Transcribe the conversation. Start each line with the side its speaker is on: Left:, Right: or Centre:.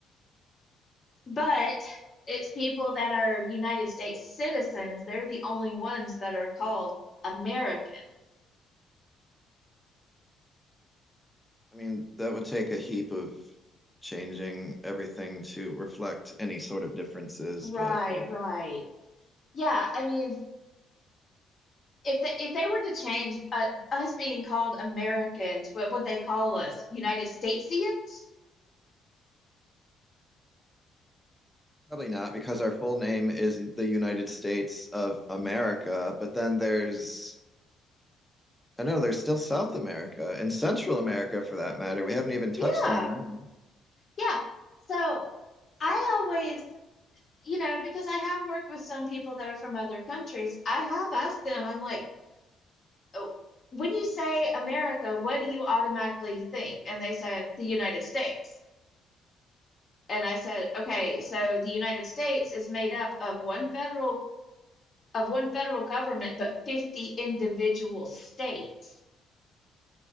Left: But it's people that are United States citizens, they're the only ones that are called American.
Centre: I mean, that would take a heap of changing everything to reflect any sort of differences,
Left: Right,
Centre: but you
Left: right. Yeah, I mean, if they if they were to change uh, us being called Americans, what would they call us? United Statesians?
Centre: Probably not, because our full name is the United States of America, but then there's, I know there's still South America and Central America for that matter. We haven't even touched
Left: Yeah,
Centre: on them.
Left: yeah. So I always, you know, because I have worked with some people that are from other countries, I have asked them. I'm like, oh, when you say America, what do you automatically think? And they said the United States. And I said, okay, so the United States is made up of one federal of one federal government, but 50 individual states.